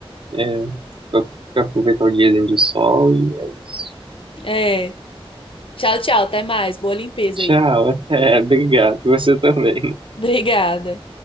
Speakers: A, on the right; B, on the left.
A: É, pra, pra aproveitar o diazinho de sol e é isso.
B: É. Tchau, tchau, até mais. Boa limpeza
A: Tchau,
B: aí.
A: até, <laughs> obrigado. Você também.
B: Obrigada.